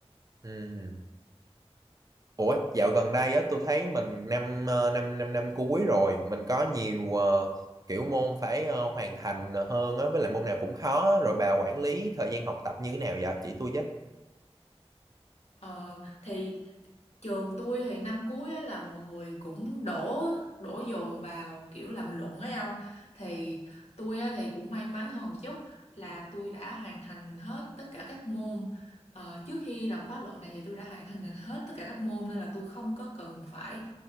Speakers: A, on the right; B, on the left.
A: ừ. Ủa, dạo gần đây á tôi thấy mình năm ờ, năm năm năm cuối rồi, mình có nhiều ờ, kiểu môn phải ờ, hoàn thành hơn á với lại môn nào cũng khó á. rồi bà quản lý thời gian học tập như thế nào vậy? Chỉ tôi chứ,
B: Ờ, thì trường tôi thì năm cuối á, là mọi người cũng đổ đổ dồn vào kiểu làm luận ấy ông thì tôi á, thì cũng may mắn hơn một chút là tôi đã hoàn thành hết tất cả các môn Ờ, trước khi làm khóa luận này thì tôi đã hoàn thành hết tất cả các môn nên là tôi không có cần phải